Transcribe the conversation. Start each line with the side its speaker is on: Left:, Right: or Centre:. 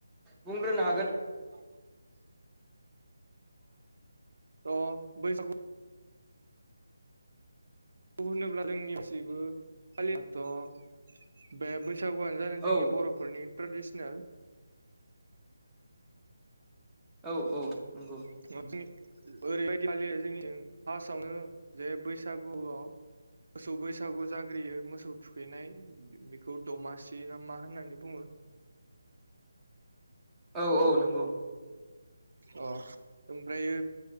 Centre: बुंग्रोनो हागोन।
Right: <unintelligible> त' बैसागु गु होनोब्ला जोंनि गाखैबो <unintelligible> बे बै सागुआनो जादों जोंनि
Centre: औ
Right: बर'फोरनि ट्रेडिसनेल
Centre: औ औ। नंगौ
Right: <unintelligible> ओरैबायदि फालियो जोंनिथिं फार्सआवनो जे बैसागुआव मोसौ बैसागु जाग्रोयो मोसौ थुखैनाय बेखौ दमासि ना मा होननानै बुङो।
Centre: औ औ नंगौ।
Right: अ ओमफ्रायो